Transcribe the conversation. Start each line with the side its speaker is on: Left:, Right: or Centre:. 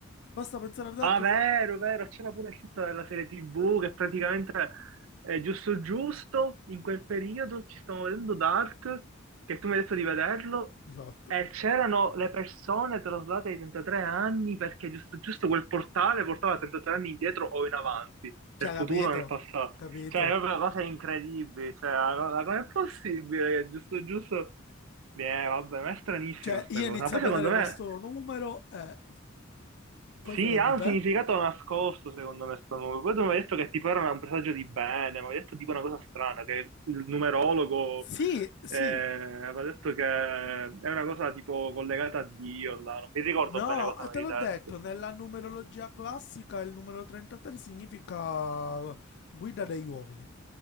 Left: Basta pensare a Dark.
Right: Ah, vero,
Left: se-
Right: vero, c'era pure il fatto della serie TV che praticamente è giusto giusto, in quel periodo ci stiamo vedendo Dark, che tu mi hai detto di vederlo,
Left: Esatto.
Right: e c'erano le persone traslate ai 33 anni perché giusto giusto quel portale portava 33 anni indietro o in avanti,
Left: Cioè,
Right: nel futuro
Left: capito?
Right: o nel passato.
Left: Capito?
Right: Cioè, è proprio una cosa incredibile, cioè, come è possibile che giusto giusto... Eh, vabbè, ma è stranissima
Left: Cioè,
Right: sta
Left: io
Right: cosa,
Left: inizio
Right: ma poi
Left: a vedere
Right: secondo me...
Left: questo numero e poi
Right: Sì,
Left: secondo
Right: ha un
Left: te?
Right: significato nascosto, secondo me, sto numero. Poi tu mi hai detto che tipo era un presagio di bene, mi hai detto tipo una cosa strana, che il numerologo
Left: Sì, sì,
Right: eh, aveva detto che è una cosa tipo collegata a Dio, là. Non mi ricordo
Left: No,
Right: bene cosa
Left: te
Right: mi
Left: l'ho
Right: hai detto.
Left: detto, nella numerologia classica il numero 33 significa guida degli uomini,